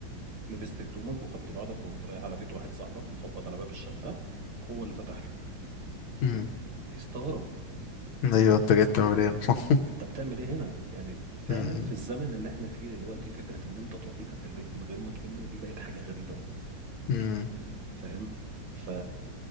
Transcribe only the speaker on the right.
لبست هدومك وخدت بعضك وقمت رايح على بيت واحد صاحبك مخبط على باب الشقه وهو اللي فتح لك
هيستغرب
انت بتعمل ايه هنا يعني
فعلا
في الزمن اللي احنا فيه دلوقتي فكره ان انت تروح لحد البيت من غير ما تقول له دي بقت حاجه غريبه
فاهم ف...